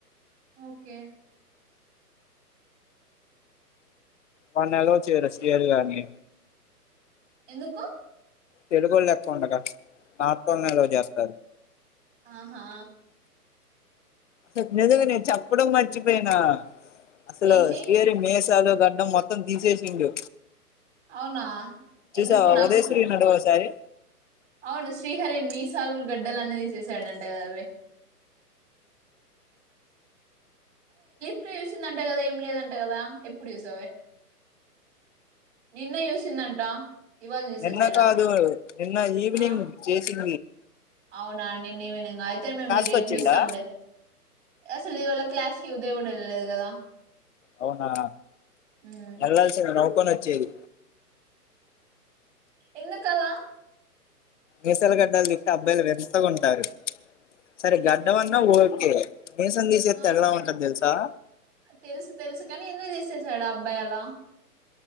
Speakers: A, on the right; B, on the left.
A: ఓకే
B: వన్నలలో చేయర సేరుగాని
A: ఎందుకు
B: తెలుగుళ ఎక్క్ ఉండగా నార్ న్నాలో జత
A: ఆహా
B: అస నిదుగా నేను చెప్పడం మర్చిపోయినా అసలు
A: ఏంటి
B: స్రీ అరి మే చాలు గడ్డం మొత్తం తీసేసిండు
A: అవునా
B: చూసావా
A: ఎందుకు నాకోసమేనా
B: ఉదయశ్వరి నడు ఒకసారి
A: అవును శ్రీహరి మీసాలు గడ్డలు అన్ని తీససాడంట కదా ఫ చూసిందంట కదా ఏం లేదంట కదా ఎప్పుడుూస నిన్న చూసిందంట ఇవాళ చూసేసాడా
B: నిన్న కా అదు నిన్న ఈ వి
A: ఆ
B: చ స
A: అవునా నిన్న వి అయితే మేమ్ రేపు
B: కి వచ్చిండా
A: చూస్తాం లో అసలు ఇవాళ క్లాస్ కి ఉదయం కూడా వెళ్లేదు కదా
B: అవునా
A: ఉమ్
B: ఎలాస కొ వచ్చిది
A: ఎందుకలా
B: మసలగడ్డలు తిట్ అబ్బాయిలు వెంతగాంటారు సరే గడ్డ అన్నా ఓకే నిసం తీసేస్త
A: ఆ
B: ఎలా ఉంటంది తెలుసు ఆ
A: తెలుసు తెలుసు కాని ఎందుకు చేసేసాడు అబ్బాయి అలా